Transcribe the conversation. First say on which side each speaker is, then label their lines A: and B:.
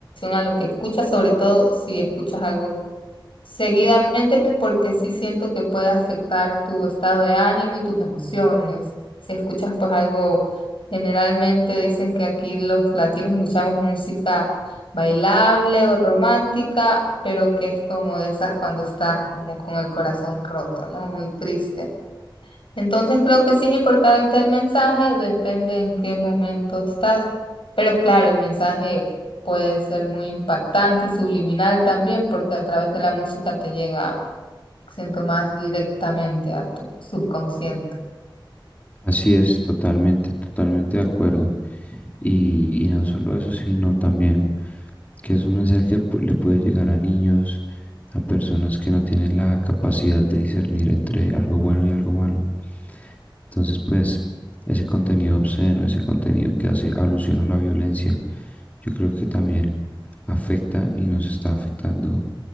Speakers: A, on the left (about 90°); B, on the left (about 20°).
A: a lo que escuchas, sobre todo si escuchas algo seguidamente, porque sí siento que puede afectar tu estado de ánimo y tus emociones. Si escuchas pues algo, generalmente dicen que aquí los latinos escuchamos música bailable o romántica, pero que es como de esas cuando estás como con el corazón roto, ¿no? Muy triste. Entonces creo que sí es importante el mensaje, depende en qué momento estás, pero claro, el mensaje puede ser muy impactante y subliminal también, porque a través de la música te llega, siento más directamente a tu subconsciente.
B: Así es, totalmente, totalmente de acuerdo. Y, y no solo eso, sino también que es un mensaje que pu- le puede llegar a niños, a personas que no tienen la capacidad de discernir entre algo bueno y algo malo. Entonces, pues, ese contenido obsceno, ese contenido que hace alusión a la violencia, yo creo que también afecta y nos está afectando